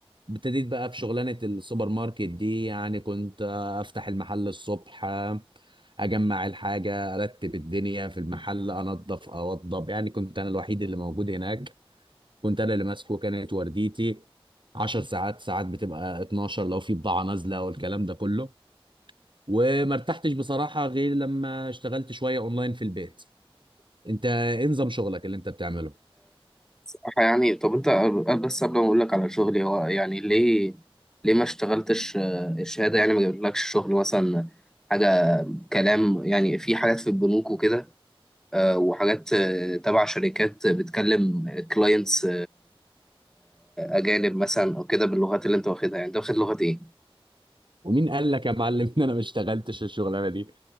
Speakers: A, on the right (about 55°); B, in the centre.
A: ابتديت بقى في شغلانه السوبر ماركت دي يعني كنت آه، افتح المحل الصبح آه، اجمع الحاجه ارتب الدنيا في المحل انظف اوضب يعني كنت انا الوحيد اللي موجود هناك كنت انا اللي ماسكه كانت ورديتي 10 ساعات ساعات بتبقى 12 لو في بضاعه نازله والكلام ده كله وما ارتحتش بصراحه غير لما اشتغلت شويه اونلاين في البيت انت ايه نظام شغلك اللي انت بتعمله
B: صراحة يعني طب انت بس قبل ما اقول لك على شغلي هو يعني ليه ليه ما اشتغلتش آه، الشهادة يعني ما جابلكش شغل مثلا حاجة كلام يعني في حاجات في البنوك وكده آه، وحاجات آه، تبع شركات بتكلم كلاينتس اجانب مثلا او كده باللغات اللي انت واخدها يعني انت واخد لغة ايه؟
A: ومين قال لك يا معلم ان انا ما اشتغلتش الشغلانه دي